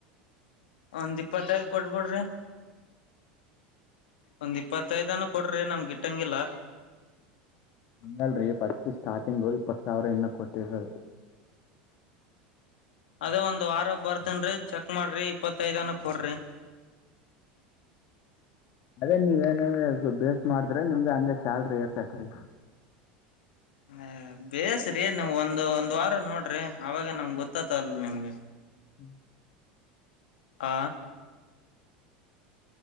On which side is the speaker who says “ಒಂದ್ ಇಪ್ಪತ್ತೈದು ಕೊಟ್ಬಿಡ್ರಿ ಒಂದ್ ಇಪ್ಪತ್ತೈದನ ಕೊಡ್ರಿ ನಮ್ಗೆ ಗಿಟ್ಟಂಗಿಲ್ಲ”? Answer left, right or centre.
Left